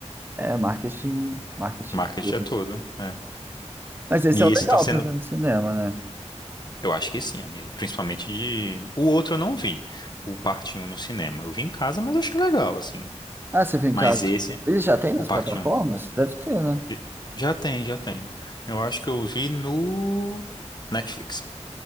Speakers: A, on the right; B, on the left.
A: É, marketing, marketing
B: marketing
A: puro.
B: é tudo, né?
A: Mas esse
B: E
A: é o
B: isso
A: legal
B: tá sendo,
A: pra ver no cinema, né?
B: eu acho que sim, amigo, principalmente de... O outro eu não vi, o parte um no cinema. Eu vi em casa, mas eu achei legal, assim.
A: Ah, você viu em
B: Mas
A: casa.
B: esse,
A: Ele já tem nas
B: o parte
A: plataformas?
B: 1.
A: Deve ter, né?
B: J- Já tem, já tem. Eu acho que eu vi no Netflix.